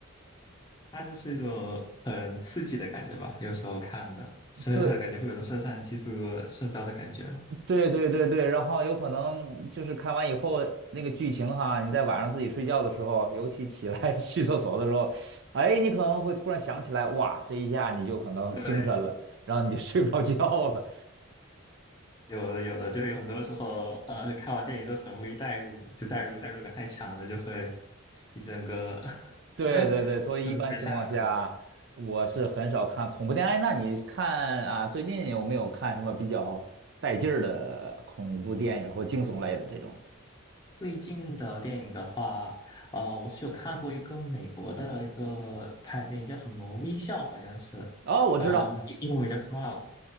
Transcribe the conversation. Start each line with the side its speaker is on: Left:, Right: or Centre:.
Left: 它就是一种很刺激的感觉吧，有时候看的，是感觉会有种肾上激素升高的感觉。
Right: 对对对对对，然后有可能就是看完以后那个剧情哈，你在晚上自己睡觉的时候，尤其起来 <laughs> 去厕所的时候，哎，你可能会突然想起来，哇，这一下你就可能精神了，
Left: 对，
Right: 然后你就 <laughs> 睡不着觉了。
Left: 有的有的，就有很多时候，呃，看完电影就很容易代入，就代入代入感太强了，就会一整个 <laughs>
Right: 对对对，所以一般情况下，
Left: 就会被 <laughs> 吓着。
Right: 我是很少看恐怖片。哎，那你看啊，最近有没有看什么比较带劲儿的恐怖电影或惊悚类的这种？
Left: 最近的电影的话，呃，我是有看过一个美国的一个拍电影，叫什么《微笑》，好像是，
Right: 哦，我知道，
Left: 好像英文名叫《Smile》。